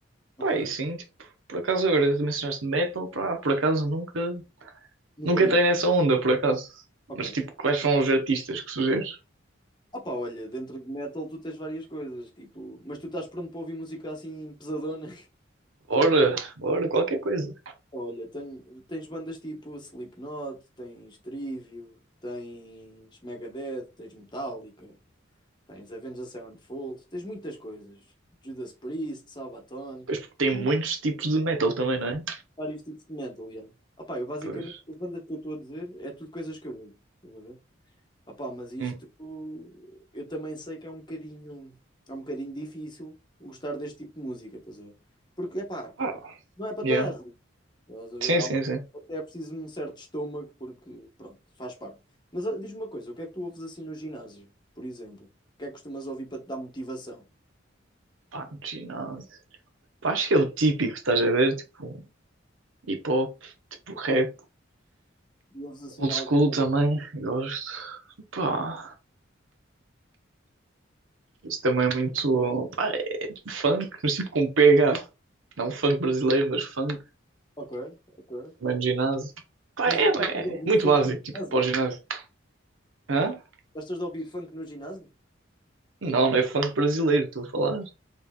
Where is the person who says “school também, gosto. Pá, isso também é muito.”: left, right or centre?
Right